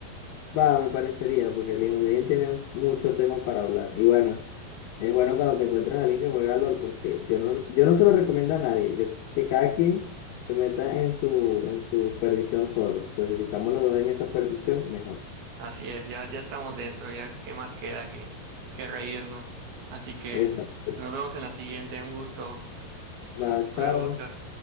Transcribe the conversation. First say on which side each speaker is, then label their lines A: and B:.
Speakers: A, on the left; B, on the right.
A: va, me parecería, porque el hijo de Legend tiene mucho tema para hablar. Y bueno, es bueno cuando te encuentras a alguien que juega LOL, porque yo no, yo no se lo recomiendo a nadie. Yo, que cada quien se meta en su, en su perdición solo. Entonces, si estamos los dos en esa perdición, mejor.
B: Así es, ya, ya estamos dentro, ya qué más queda que, que reírnos. Así que
A: Exacto.
B: nos vemos en la siguiente. Un gusto.
A: Va,
B: Hasta
A: chao.
B: luego, Oscar.